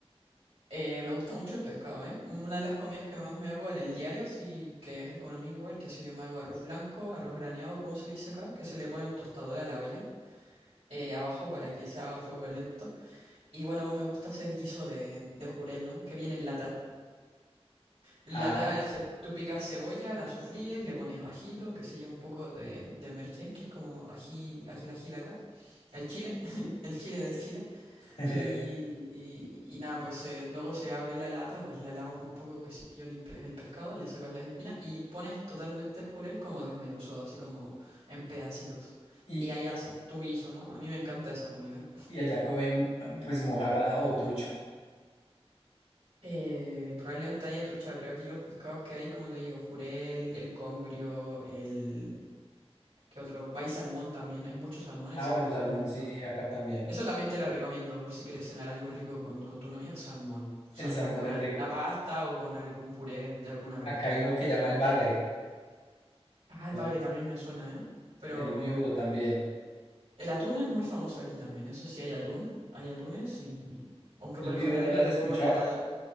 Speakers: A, on the right; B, on the left.
A: Eh, me gusta mucho el pescado, ¿eh? Una de las comidas que más me hago en el diario, sí, que es económico igual, que sé yo, me hago arroz blanco, arroz graneado, como se le dice acá, que se le pone un tostador a la olla eh, abajo para que se haga a fuego lento. Y bueno, me gusta hacer guiso de, de jurel, ¿no? Que viene en lata. En
B: Ah,
A: lata se, tú picas cebolla, la sofríes, le pones ajito, qué sé yo, un poco de, de merquén, que es como ají, ají, el ají de acá, el chile, <laughs> el chile del Chile.
B: <laughs>
A: Y, y- y nada, pues eh, luego se abre la lata, pues la lavas un poco, que sé yo, limpias el pescado, le sacas las espinas y pones totalmente el jurel como desmenuzado, así como en pedacitos.
B: y,
A: Y ahí haces tu guiso, ¿no? A mí me encanta esa comida.
B: y allá comen pues mojarra o trucha.
A: Eh, probablemente haya trucha, pero aquí los pescados que hay, como te digo, jurel, el congrio, el... ¿Qué otro? Hay salmón también, hay mucho salmón, el
B: Ah,
A: salmón
B: bueno, salmón
A: es muy rico.
B: sí, acá también.
A: Eso también te lo recomiendo por si quieres cenar algo rico con, con tu novia, salmón. Salmón
B: El salmón
A: con
B: es
A: alguna
B: rico.
A: pasta o con algún puré de alguna verdura.
B: Acá hay uno que llama el bagre,
A: Ah, el
B: ¿no?
A: bagre también me suena, ¿eh? Pero
B: El viudo también.
A: el atún es muy famoso aquí también. Eso sí hay atún, hay atunes y... Aunque
B: ¿El
A: por lo
B: viudo
A: general
B: no lo
A: yo
B: has
A: lo
B: escuchado?
A: como enlatado.